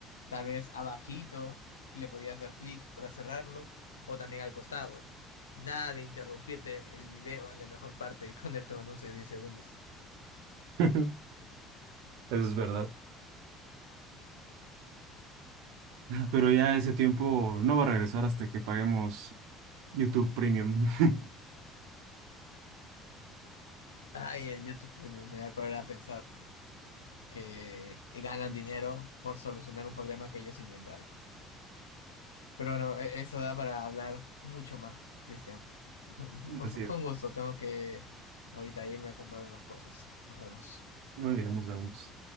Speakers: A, on the left; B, on the right.
A: tal vez abajito, y le podías dar clic para cerrarlo, o también al costado. Nada de interrumpirte el video en la mejor parte y <laughs> ponerte un anuncio de diez segundos.
B: Eso es verdad. Pero ya ese tiempo no va a regresar hasta que paguemos YouTube Premium. <laughs>
A: Ay, el YouTube Premium me da cólera pensar que ganan dinero por solucionar un problema que ellos inventaron. Pero bueno, e- eso da para hablar mucho más, Cristian. <laughs>
B: Así
A: Fue
B: es.
A: un gusto, tengo que ahorita irme a comprar unas cosas. Nos vemos.
B: Muy bien, nos vemos.